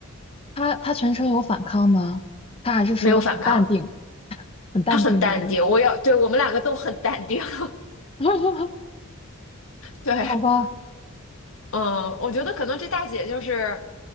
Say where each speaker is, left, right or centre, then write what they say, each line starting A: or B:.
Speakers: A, on the left; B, on the left.
A: 他他全程有反抗吗？他还是说很淡定，
B: 没有反抗。
A: <laughs> 很淡定的那种？
B: 他很淡定，我要，对，我们两个都很淡定。<laughs>
A: <laughs>
B: 对，
A: 好吧，
B: 嗯，我觉得可能这大姐就是